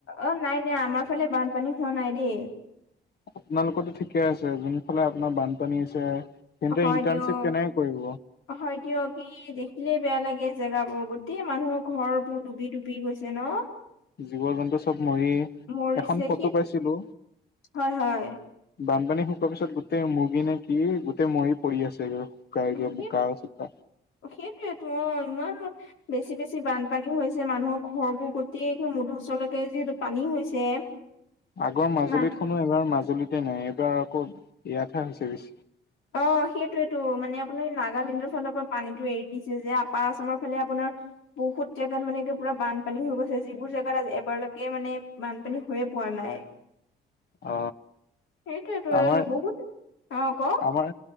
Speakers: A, on the left; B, on the left.
A: অ', নাই - নাই, আমাৰ ফালে বানপানী হোৱা নাই দেই।
B: আপোনালোকৰ টো ঠিকে আছে যোনফালে আপোনাৰ বানপানী হৈছে তেন্তে
A: হয়
B: ইণ্টাৰ্ণশ্বিপ
A: দিয়ক,
B: কেনেকে কৰিব
A: হয় দিয়ক এই দেখিলে বেয়া লাগে জেগাবোৰ গোটেই মানুহৰ ঘৰ বোৰ ডুবি ডুবি গৈছে ন'।
B: জীৱ জন্তু চব মৰি
A: মৰিছে
B: এখন ফটো
A: সেই
B: পাইছিলোঁ
A: হয় হয়
B: বানপানী শুকোৱা পিছত গোটেই মুৰ্গী নেকি গোটেই মৰি পৰি আছে <unintelligible> <unintelligible>
A: সেই
B: বোকা চোকা
A: অ', সেইটোৱেতো ইমান বেছি বেছি বানপানী হৈছে মানুহৰ ঘৰবোৰ গোটেই মুধচলকে যিহেতু পানী হৈছে। <inaudible>
B: আগৰ মাজুলীত
A: ইমান
B: হেনো এইবাৰ মাজুলীতে নাই এইবাৰ আকৌ ইয়াতহে হৈছে বেছি।
A: অ', সেইটোয়েতো, মানে আপোনাৰ নাগালেণ্ডৰ ফালৰ পৰা পানীটো এৰি দিছে যে, আপাৰ আছামৰ ফালে আপোনাৰ বহুত জেগাত মানে একে পুৰা বানপানী হৈ গৈছে, যিবোৰ জেগাত আজি এবাৰলৈকে মানে বানপানী হৈয়ে পোৱা নাই।
B: অ
A: সেইটোয়েটো
B: আমাৰ
A: বহুত অ', ক
B: আমাৰ